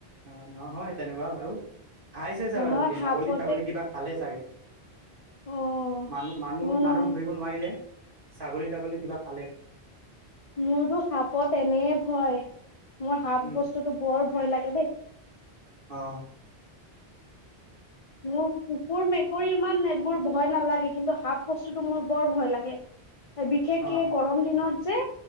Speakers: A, on the right (about 55°); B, on the left (about 35°).
A: অ নহয় তেনেকুৱা বাৰু খাইছে
B: নহয় সাপতে
A: ছাগলী ছাগলী কিবা ভালে চাগে
B: অ'
A: মানুহ মানুহ
B: মোৰ নহয়
A: মানুহ ধৰিব নোৱাৰিলে ছাগলী তাগলী কিবা খালে
B: মোৰতো সাপত এনে ভয় মোৰ সাপ
A: উম
B: বস্তুতটো বৰ ভয় লাগে দেই
A: অ
B: মোৰ কুকুৰ মেকুৰী ইমান এইবোৰ ভয় নালাগে কিন্তু সাপ বস্তুতো মোৰ বৰ ভয় লাগে
A: <inaudible>
B: বিশেষকে
A: অ
B: গৰম দিনত যে